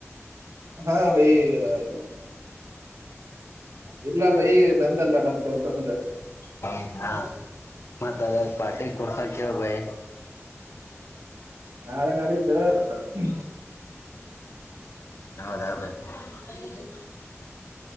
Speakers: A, on the right; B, on the left.
A: ಹಾ ಭೈ. ಹ. ಇಲ್ಲ ಬೈ ನಂದಲ್ಲ ನಮ ದಿವಸಂದ.
B: ಹೌದಾ ಮತ್ತ ದದ ಪಾ್ಟಿ ಕೊಡಸಕ್ಕೆ ಭಾಯ.
A: ನಾಳೆ ನಾಳಿದ್ದು <unintelligible>
B: ಹೌದಾ ಬ <unintelligible>